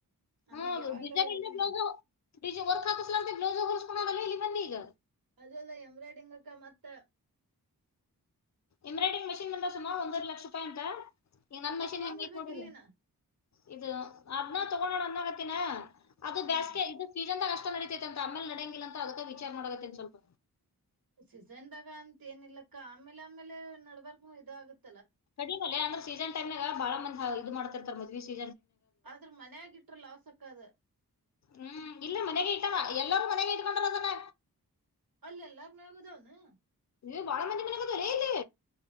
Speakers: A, on the right (about 65°); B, on the left (about 50°).
A: ನಾನ್
B: ಹದು
A: ನಿಂಗ್ ಯಾವಾಗ್ಲೂ
B: ಬಜಾರ್
A: ಹೇಳಿದ್ದೀನಿ
B: ಇಲ್ಲಿೋದು ನಿಜ ವರ್ ಕಾ ಬ್ಲೌಸ್ ಹೊಸ್ಕೋಲ್ಲ ಇಲ್ಲಿ ಬನ್ನಿ ಈಗ
A: ಅದು ಅಲ್ಲ ಎಂಬ್ರಾಯ್ಡ್ರಂಗ್ ಅಕ್ಕ ಮತ್ತ
B: ಎಂಬ್ರಾಯಿ್ರಂಗ್ ಮಿನ್ ಬಂದ ಸುಮಾರ ಒಂದವರೆ ಲಕ್ಷ ರೂಾಯಿ ಅಂತ ಈಗ ನನ್
A: ಅಕ್ಕ ತೋವಂಬಡ್ಬೇಕಕ್
B: ಹೆಂಗ್ ಐತ್ ನೋಡ್
A: ಇಲ್ಲಿನಾ
B: ಇದು ಇದು ಅದನ ತಗೊಂಡೋ ಅಂದಗತ್ತಿನ ಅದು
A: ಹ್ಮ್
B: ಬೇಸ್ಗೆ ಇದು ಫೀಜ ಅಂತ ನಷ್ಟ ನಡೀತೈತೆ ಅಂತ ಆಮೇಲೆ ನಡಂಗಿಲ್ಲ ಅ ಅದಕ್ಕ ವಿಚಾರ ಮಾಡೋೇನ್ ಸ್ವಲ್ಪ
A: ಸೀಿಸನ್ದಾಗ ಅಂತ ಏನ್ ಇಿಲ್ಲಕ್ಕ ಆಮೇಲೆ ಆಮೇಲೆ ನಡ್ಬಾರಕ್ ಇದ ಆಗತ್ತ
B: ಕಡಿಮಲ್ಲ ಅಂದ್ರೆ ಸೀಸನ್ ಟೈಮ್ಾಗ ಬಾಳ ಮಂದ ಇದು ಮಾಡ್ತ ಇರ್ತಾರೆ ಮದ್ವಿ ಸೀ
A: ಆದ್ರ ಮನ್ ಆಗಟ್ರ ಲಾಸ್ಕ್ಕದ
B: ಹ್ಮ್ ಇಲ್ಲ ಮನೆಗೆ ಇಟ್ಟ ಎಲ್ಲರೂ ಮನೆಗೆ ಇಟ್ಕೊಂಡಾರದನ
A: ಅಲ್ಲ ಎಲ್ಲಾರ ಮೇ ಆಗದವ್ನು
B: ಇ ಬಳ ಮಂಜಿ ಬ ಕಲ್ಲಿದೆ